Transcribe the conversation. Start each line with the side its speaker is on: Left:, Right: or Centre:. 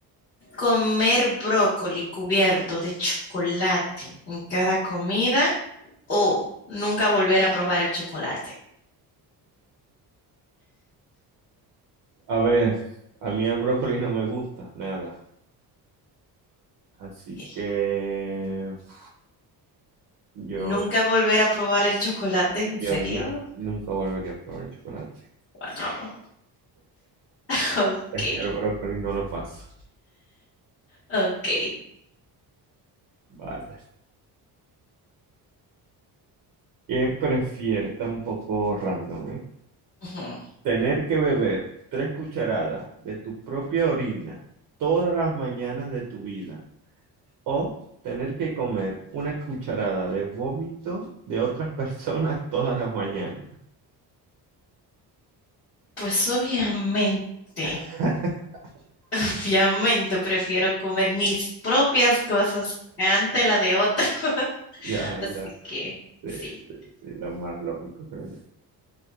Left: comer brócoli cubierto de chocolate en cada comida o nunca volver a probar el chocolate.
Right: A ver, a mí el brócoli no me gusta nada, así
Left: Ok.
Right: que uf, yo,
Left: Nunca volver a probar el chocolate, ¿en
Right: yo
Left: serio?
Right: nu- nunca volvería a probar el chocolate.
Left: Wow. <laughs> Ok,
Right: Es que el brócoli no lo paso.
Left: ok.
Right: Vale. ¿Qué prefieres? Esta un poco random, ¿eh?
Left: Ujú.
Right: Tener que beber tres cucharadas de tu propia orina todas las mañanas de tu vida o tener que comer una cucharada de vómito de otras <laughs> personas todas las mañanas.
Left: Pues obviamente,
Right: <laughs>
Left: <laughs> obviamente prefiero comer mis propias cosas ante la de otro. <laughs>
Right: Ya,
Left: Así
Right: ya.
Left: que
Right: Sí,
Left: sí,
Right: sí, sí, lo más lógico, creo yo.